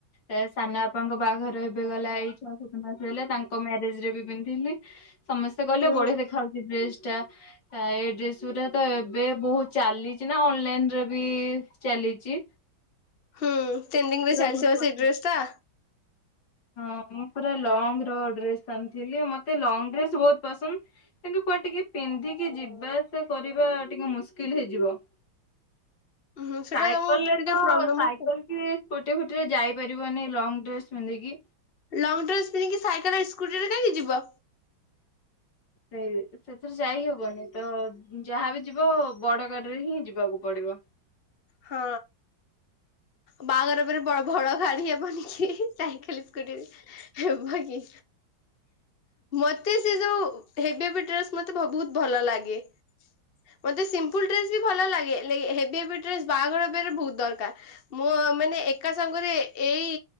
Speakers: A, on the left (about 60°); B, on the left (about 35°).
A: ଏ ସାନ ବାପାଙ୍କ ବାହାଘର ଏବେ ଗଲା ଏଇ ଛଅ ସାତ ମାସ ହେଲା ତାଙ୍କ ମ୍ୟାରେଜ୍ ରେ ବି ପିନ୍ଧଥିଲି। ସମସ୍ତେ କହିଲେ
B: ହୁଁ
A: ବଢିଆ ଦେଖା ହଉଛି ଡ୍ରେସ୍ ଟା। ଏଇ ଡ୍ରେସ୍ ଗୁରା ତ ଏବେ ବହୁତ ଚାଲିଚି ନା ଅନଲାଇନ୍ ରେ ବି ଚାଲିଚି।
B: ହୁଁ, ଟ୍ରେଣ୍ଡିଂ ଚାଲିଛି
A: ବହୁତ
B: ପା
A: ପସନ୍ଦ
B: ସେଇ ଡ୍ରେସ୍ ଟା।
A: ହଁ ମୁଁ ପୁରା ଲଙ୍ଗର ଡ୍ରେସ୍ ଆଣିଥିଲି, ମୋତେ ଲଙ୍ଗ ଡ୍ରେସ୍ ବହୁତ ପସନ୍ଦ। କିନ୍ତୁ କୁଆଡେ ଟିକେ ପିନ୍ଧିକି ଯିବା ଆସିବା କରିବା ଟିକେ ମୁସ୍କିଲ୍ ହେଇଯିବ।
B: ହୁଁ ସେଟା
A: ସାଇକଲ
B: ତମକୁ
A: ରେ
B: ଟିକେ
A: ତ
B: ପ୍ରୋବ୍ଲେମ
A: ସାଇକଲ
B: ହଉଚି
A: କି ସ୍କୁଟି ଫୁଟିରେ ଯାଇପାରିବନି ଲଙ୍ଗ ଡ୍ରେସ୍ ପିନ୍ଧିକି।
B: ଲଙ୍ଗ ଡ୍ରେସ୍ ପିନ୍ଧିକି ସାଇକଲ ସ୍କୁଟିରେ କାହିଁକି ଯିବ?
A: ସେଇ ସେଥିରେ ଯାଇହବନି ତ ଯାହାବି ଯିବ ବଡ ଗାଡିରେ ହିଁ ଯିବାକୁ ପଡିବ।
B: ହଁ ବାହାଘର ବେରେ ବ- ବଡ ଗାଡି ହେବନି କି? ସାଇକେଲ ସ୍କୁଟିରେ ହେବ କି? ମୋତେ ସେ ଯୋଉ ହେଭୀ ହେଭୀ ଡ୍ରେସ୍ ମୋତେ ବ-ବହୁତ ଭଲ ଲାଗେ। ମୋତେ ସିମ୍ପଲ୍ ଡ୍ରେସ୍ ବି ଭଲ ଲାଗେ। ଲେ-ହେଭି ହେଭି ଡ୍ରେସ୍ ବାହାଘର ବେରେ ବହୁତ ଦରକାର। ମୁଁ ମାନେ ଏକା ସାଙ୍ଗରେ ଏଇ